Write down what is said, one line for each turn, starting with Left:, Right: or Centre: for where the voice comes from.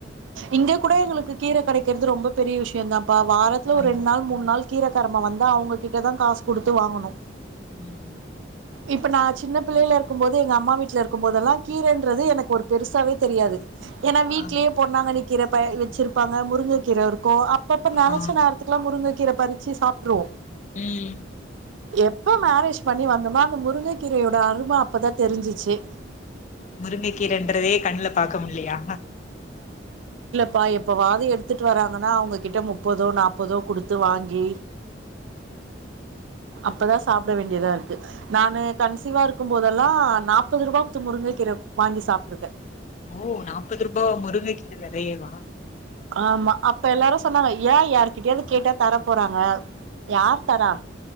Right: இங்க கூட எங்களுக்கு கீர கெடைக்கிறது ரொம்ப பெரிய விஷயோந் தா வாரத்துல ஒரு
Left: ஆ
Right: ரெண் நாள் மூணு நாள் கீர கார்மா வந்தா அவுங்ககிட்டதா காசு குடுத்து வாங்கணோ
Left: ம்
Right: இப்ப நா சின்ன பிள்ளைல இருக்கும் போது எங்க அம்மா வீட்ல இருக்கும்பதெல்லா கீரன்றது எனக்கு ஒரு பெருசாவே தெரியாது ஏன்னா வீட்லயே
Left: ஆ
Right: பொன்னாங்கன்னி கீறப்பைய வெச்சிருப் ப்பாங்க முருங்கக்கீற இருக்கோ அப்ப இப்ப நெனச்ச
Left: ஆ
Right: நேரத்துக்குலா முருங்க க்கிற பறிச்சு சாப்ட்டுருவோ
Left: ம்
Right: எப்ப மேரேஜ் பண்ணி வந்தோமோ அந்த முருங்க கீரயோட அரும அப்பதா தெரிஞ்சிச்சு
Left: முருங்கக்கீரைன்றதே கண்ல பாக்க முடிலையா
Right: பாயப் இப்பவாது எடுத்துட்டு வராங்கன்னா அவுங்ககிட்ட முப்பதோ நாப்பதோ குடுத்து வாங்கி அப்பதா சாப்பிட வேண்டியதா இருக்கு நானு கன்சிவா இருக்கும் போதெல்லா நாற்பது ரூபாத்து முருங்க கீர வாங்கி சாப்ட்ருக்க
Left: ஓ நாப்பது ரூபாவா முருங்கக்கீர வெதையவா
Right: ஆமா அப்ப எல்லாரு சொன்னாங்க ஏ யாரு்கிட்டயாவது கேட்டா தர போறாங்க யார் தரா